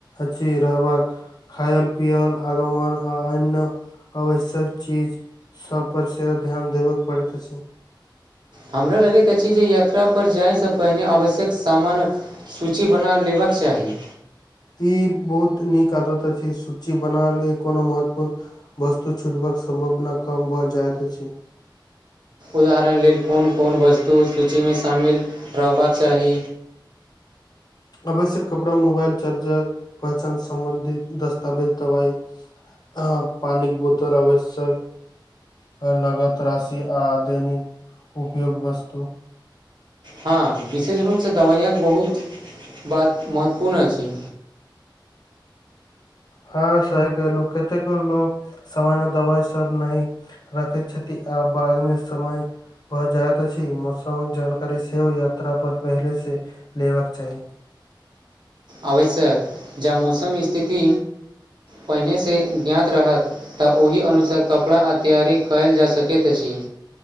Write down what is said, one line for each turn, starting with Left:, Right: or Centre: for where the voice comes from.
Left: अछि रहबाक खायल पियल आगमन आ अन्य आवश्यक चीज सब पर सेहो ध्यान देबय पड़ैत अछ
Right: हमरा लगैत अछि जे यात्रा पर जाय से पहिने आवश्यक सामानक सूची बना लेबाक चाही
Left: ई बहुत नीक आदत अछि सूची बनाले कोनो महत्वपूर्ण वस्तु छुटबाक सम्भावना कम भऽ जाइत अछि
Right: उदाहरण लेल कोन कोन वस्तु सूचीमे शामिल रहबाक चाही
Left: आवश्यक कपड़ा, मोबाइल चार्जर, पहचान संबंधित दस्तावेज, दवाई। हँ, पानिके बोतल आवश्यक। नगद राशि आ आधुनिक उपयोगक वस्तु।
Right: हँ, विशेष रूपसँ दवाइयक बहुत बात महत्वपूर्ण अछि।
Left: हँ, सही कहलहुँ, कतेक लोक सामान दबा सँ नहि। रखैत छथि आ बादमे समय। भऽ जायइत अछि मौसमक जानकारी सेहो यात्रा पर जाएसँ पहिने लऽ लेबाक चाही।
Right: आवश्यक, जँ मौसमक स्थिति पहिनेसँ ज्ञात रहत। तऽ ओहि अनुसार कपड़ा आ तैयारी कयल जा सकैत अछि।